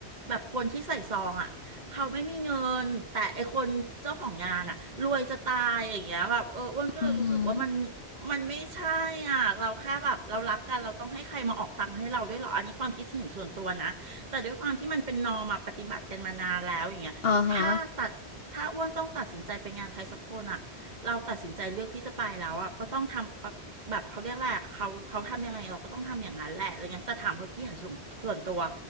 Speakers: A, on the right (about 45°); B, on the left (about 65°).
A: แบบคนที่ใส่ซองอ่ะเขาไม่มีเงินแต่ไอคนเจ้าของงานอ่ะรวยจะตายอย่างเงี้ยแบบเอออ้วนก็เลยรู้สึกว่ามัน
B: อือหือ
A: มันไม่ใช่อ่ะเราแค่แบบเรารักกันเราต้องให้ใครมาออกตังค์ให้เราด้วยเหรออันนี้ความคิดเห็นส่วนตัวนะแต่ด้วยความที่มันเป็นนอร์มอะปฏิบัติกันมานานแล้วอย่างเงี้ยถ้าตัดถ้าอ้วนต้องตัดสินใจไปงานใครสักคนอ่ะ
B: อ่าฮะ
A: เราตัดสินใจเลือกที่จะไปแล้วอ่ะก็ต้องทำปะแบบเขาเรียกแหละไรอะเขาเขาทำยังไงเราก็ต้องทำอย่างนั้นแหละอะไรเงี้ยแต่ถามความคิดเห็นส่วนส่วนตัว